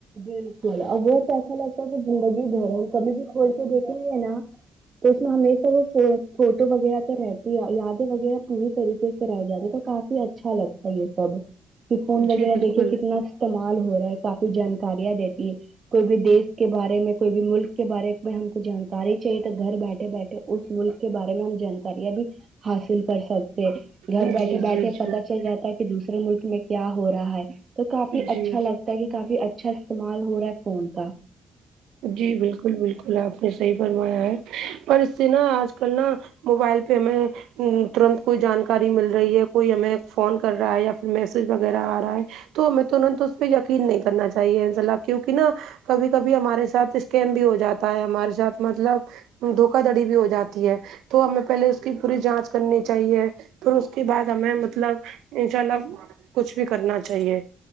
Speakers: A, on the right (about 45°); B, on the right (about 85°).
A: بالکل اب وہ تو ایسا لگتا ہے کہ زندگی دھر کبھی بھی کھول کے دیکھیں گے ناں تو اس میں ہمیشہ وہ فوٹو وغیرہ تو رہتی ہے یادیں وغیرہ پوری طریقے سے طرح رہ جاتے تو کافی اچھا لگتا ہے یہ سب کہ فون وغیرہ
B: جی بالکل
A: دیکھے کتنا استعمال ہورہا ہے کافی جانکاریاں دیتی ہے کوئی بھی دیش کے بارے میں کوئی بھی ملک کے بارے میں ہم کو جانکاری چاہیے تو گھر بیٹھے بیٹھے اس ملک کے بارے میں ہم جانکاریاں بھی حاصل کر سکتے گھر
B: جی
A: بیٹھے بیٹھے
B: جی جی
A: پتا چل جاتا ہے کہ دوسرے ملک میں کیا ہو رہا ہے تو کافی
B: جی
A: اچھا لگتا تا کہ کافی اچھا استعمال ہو رہا ہے فون کا
B: جی بالکل بالکل آپ نے صحیح فرمایا ہے پر اس سے نا آج کل نا موبائل پہ میں ترنت کوئی جانکاری مل رہی ہے کوئی ہمیں فون کر رہا ہے یا پھر میسج وغیرہ آ رہا ہے تو ہمیں تو نا تو اس پہ یقین نہیں کرنا چاہیے ذرا کیوںکہ نا کبھی کبھی ہمارے ساتھ اسکم بھی ہو جاتا ہے ہمارے ساتھ مطلب دھوکا دھڑی بھی ہو جاتی ہے تو ہمیں پہلے اس کی پوری جانچ کرنی چاہیے پھر اس کے بعد ہمیں مطلب انشاء اللہ کچھ بھی کرنا چاہیے